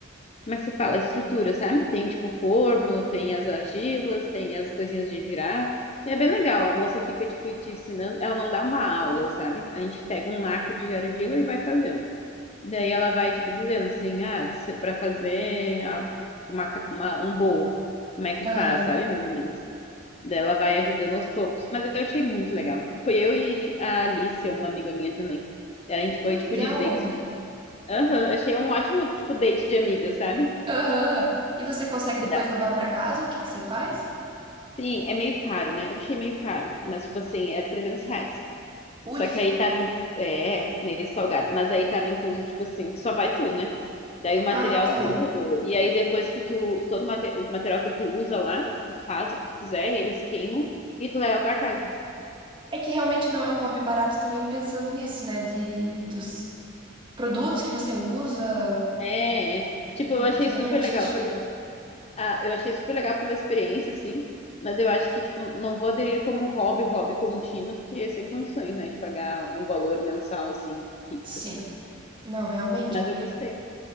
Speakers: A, on the left; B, on the right.
A: Como é que se fala? Estrutura, sabe? Tem tipo forno, tem as argilas, tem as coisinhas de girar. É bem legal. A moça fica, tipo, te ensinando. Ela não dá uma aula, sabe? A gente pega um naco de argila e vai fazendo. Daí ela vai, tipo, dizendo assim, ah, se- pra fazer a- uma, ca- uma- um bolo, como é que
B: aham.
A: faz, sabe? Mais ou menos. Daí ela vai ajudando aos poucos. Mas eu achei muito legal. Foi eu e a Alice, uma amiga minha também. A gente
B: Que
A: foi,
B: legal!
A: tipo, de date. Aham, achei um ótimo, tipo, date de amigas, sabe?
B: Aham. E você consegue depois
A: Dá.
B: levar pra casa? O que que você faz?
A: Sim, é meio caro, né? Eu achei meio caro. Mas, tipo assim, é 300 reais.
B: Ui,
A: Só que aí tava, in- é, meio salgado, mas aí tava incluso, tipo assim, só vai tu, né? Daí o material
B: Ah, tá.
A: tudo, e aí depois que tu, todo mate- o material que tu usa lá, tu faz o que tu quiser, eles queimam e tu leva pra casa.
B: É que realmente não é um hobby barato também pensando nisso, né? De, dos produtos que você usa,
A: É, é. Tipo,
B: uma
A: eu achei
B: coisa bem
A: super
B: artística.
A: legal pela, ah, eu achei super legal pela experiência, sim, mas eu acho que, tipo, não vou aderir como hobby, hobby contínuo, porque é sem condições, né, de pagar um valor mensal, assim, fixo.
B: Sim. Não, realmente.
A: Mas eu gostei.